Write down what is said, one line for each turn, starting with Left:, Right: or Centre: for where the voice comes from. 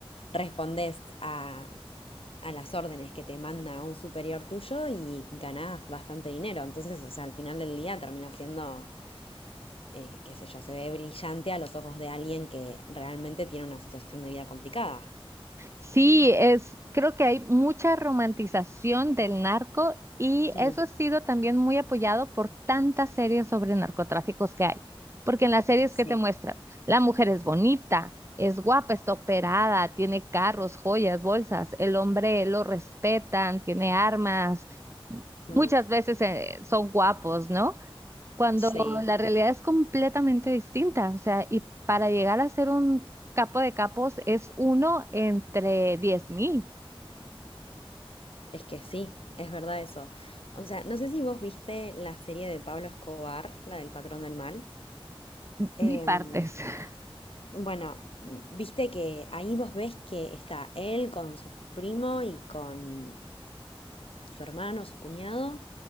Left: respondes a, a las órdenes que te manda un superior tuyo y ganás bastante dinero. Entonces, o sea, al final del día termina siendo, eh, qué sé yo, se ve brillante a los ojos de alguien que realmente tiene una situación de vida complicada.
Right: Sí, es, creo que hay mucha romantización del narco y
Left: Mm,
Right: eso ha sido también muy apoyado por tantas series sobre narcotráficos que hay. Porque en las series
Left: sí,
Right: que te muestran, la mujer es bonita, es guapa, está operada, tiene carros, joyas, bolsas, el hombre lo respetan, tiene armas,
Left: mm,
Right: muchas veces eh, son guapos, ¿no? cuando
Left: sí,
Right: la realidad es completamente distinta. O sea, y para llegar a ser un capo de capos es uno entre diez mil
Left: es que sí, es verdad eso. O sea, no sé si vos viste la serie de Pablo Escobar, la del patrón del mal. Em,
Right: bipartes. <laughs>
Left: Bueno, viste que ahí vos ves que está él con su primo y con su hermano, su cuñado,